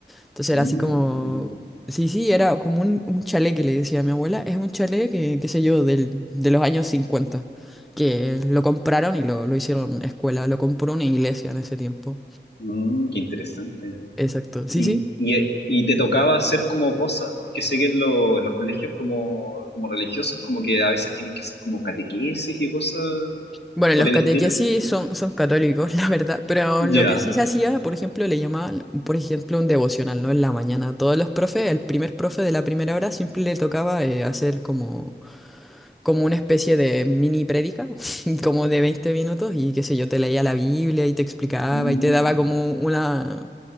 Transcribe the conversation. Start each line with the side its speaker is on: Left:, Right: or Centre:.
Centre: Entonces
Left: Mm.
Centre: era así como, sí, sí, era como un, un chalet que le decía a mi abuela, es un chalet que, qué sé yo, del, de los años 50 que lo compraron y lo, lo hicieron escuela, lo compró una iglesia en ese tiempo.
Left: Mm, qué interesante.
Centre: Exacto, sí,
Left: ¿Y,
Centre: sí,
Left: y, y te tocaba hacer como cosas? Porque sé que en, lo- en los colegios como, como religiosos como que a veces tienes que hacer como catequesis y cosas
Centre: Bueno,
Left: por
Centre: los
Left: el
Centre: catequesis
Left: estilo.
Centre: son, son católicos, <laughs> la verdad, pero
Left: Ya.
Centre: lo que sí se hacía, por ejemplo, le llamaban, por ejemplo, un devocional, ¿no? En la mañana, todos los profes, el primer profe de la primera hora siempre le tocaba eh, hacer como, como una especie de mini prédica, <laughs> como de 20 minutos, y qué sé yo, te leía la Biblia y te explicaba
Left: Mm,
Centre: y te daba como una,